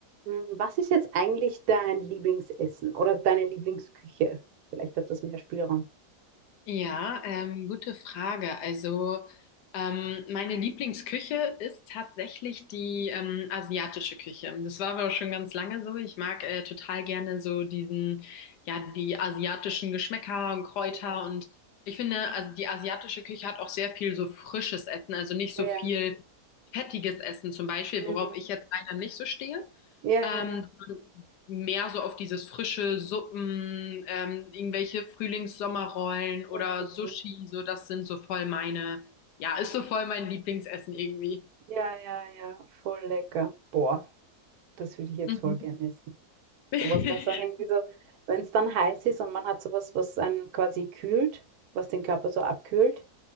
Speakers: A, on the right (about 70°); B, on the left (about 85°).
A: Hm, Was ist jetzt eigentlich dein Lieblingsessen oder deine Lieblingsküche? Vielleicht hat das mehr Spielraum.
B: Ja, ähm, gute Frage. Also ähm, meine Lieblingsküche ist tatsächlich die ähm, asiatische Küche. Das war aber auch schon ganz lange so. Ich mag äh, total gerne so diesen, ja, die asiatischen Geschmäcker und Kräuter
A: Mhm.
B: und ich finde, also die asiatische Küche hat auch sehr viel so frisches Essen, also nicht
A: Ja.
B: so viel fettiges Essen zum Beispiel,
A: Mhm.
B: worauf ich jetzt leider nicht so stehe.
A: Ja,
B: Ähm,
A: ja, ja.
B: mehr so auf dieses frische Suppen, ähm, irgendwelche Frühlings-Sommerrollen oder
A: Mhm.
B: Sushi, so das sind so voll meine, ja, ist so voll mein Lieblingsessen irgendwie.
A: Ja, ja, ja. Voll lecker. Boah, das würde ich jetzt
B: Mhm.
A: voll gern essen.
B: <laughs>
A: Sowas, was auch irgendwie so, wenn es dann heiß ist und man hat sowas, was einen quasi kühlt, was den Körper so abkühlt,